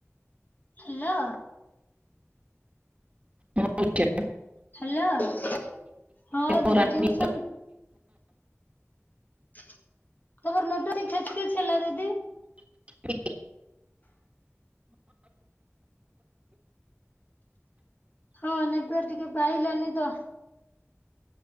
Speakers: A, on the left; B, on the right.
A: ହ୍ୟାଲୋ
B: ହଁ ଆଜ୍ଞା।
A: ହ୍ୟାଲୋ ହଁ ଦିଦି
B: ଓ ରାନୀ
A: ଟ୍ୟୁସନ <unintelligible>
B: <unintelligible>
A: ହଁ ନେଟୱାର୍କ ଟିକେ ପାଇଲାନି ତ।